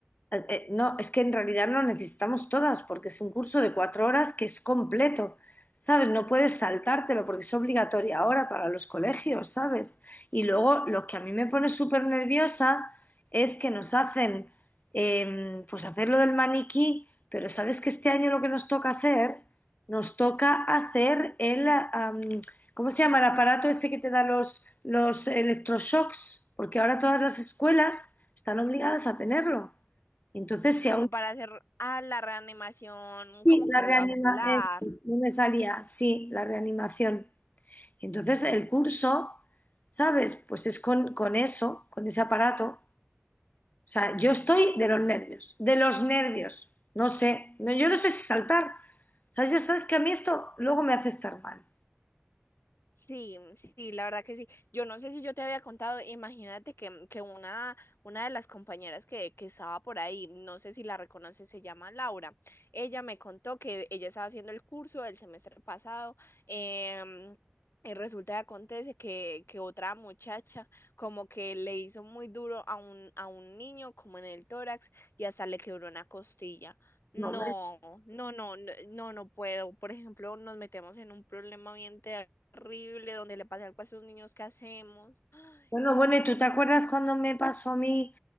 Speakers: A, on the left; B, on the left.
A: eh, eh, No, es que en realidad no necesitamos todas, porque es un curso de cuatro horas que es completo, ¿sabes? No puedes saltártelo porque es obligatorio ahora para los colegios, ¿sabes? Y luego lo que a mí me pone súper nerviosa es que nos hacen, eh, pues hacer lo del maniquí, pero ¿sabes que este año lo que nos toca hacer? Nos toca hacer el, ah, am, ¿cómo se llama? El aparato ese que te da los, los electroshocks, porque ahora todas las escuelas están obligadas a tenerlo. Entonces, si
B: como
A: aún
B: para hacer ah, la reanimación
A: así
B: como
A: la
B: cardiovascular,
A: reanima, eh, pues, no me salía, sí, la reanimación. Entonces, el curso, ¿sabes? Pues es con, con eso, con ese aparato. O sea, yo estoy de los nervios, de los nervios. No sé, no, yo no sé si saltar. O sea, ya sabes que a mí esto luego me hace estar mal.
B: Sí, mm, sí, la verdad que sí. Yo no sé si yo te había contado, imagínate que, mm, que una, una de las compañeras que, que estaba por ahí, no sé si la reconoces, se llama Laura. Ella me contó que ella estaba haciendo el curso del semestre pasado. em, y resulta que acontece que, que otra muchacha como que le hizo muy duro a un, a un niño como en el tórax y hasta le quebró una costilla. No,
A: No, me-
B: no, no, no, no no puedo. Por ejemplo, nos metemos en un problema bien tenso horrible donde le pasa algo a esos niños, ¿qué hacemos? Ay,
A: Bueno, bueno, ¿y tú te acuerdas cuando me pasó a mí